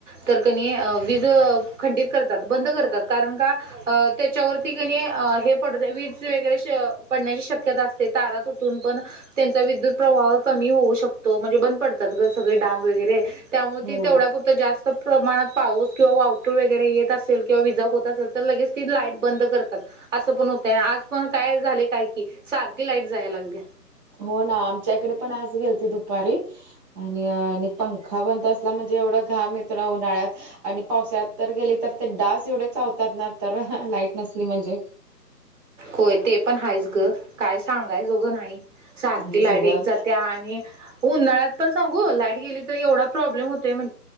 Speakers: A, on the right; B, on the right.
A: तर कणी वीज खंडित करतात बंद करतात कारण का. अ त्याच्यावरती कणी हे पड वीज वगैरे पडण्याची शक्यता असते तारा तुटून पण. त्यांचा विद्युत प्रवाह कमी होऊ शकतो म्हणजे बंद पडतात सगळे डाम वगैरे त्यामुळे
B: हो
A: तेवढ्यापुरत जास्त त प्रमाणात पाऊस किंवा वावटूळ वगैरे येत असेल किंवा विजा होत असेल तर लगेच ती लाईट बंद करतात‌. असं पण होतय आज पण काय झाले काय की सारखी लाईट जायला लागली.
B: हो ना आमच्याकडे पण आज गेलते दुपारी आणि आणि पंखा बंद असला म्हणजे एवढा घाम येतो ना उन्हाळ्यात आणि पावसात तर गेले तर ते डास एवढे चावतात ना तर लाईट नसली म्हणजे.
A: होय ते पण हायच ग काय सांगाय जोघं नाही. सारखी
B: आणि
A: लाईट
B: सगळं
A: एक जात्या आणि उन्हाळ्यात पण सांगू लाईट गेली तर एवढा प्रब्लेम होत म्हण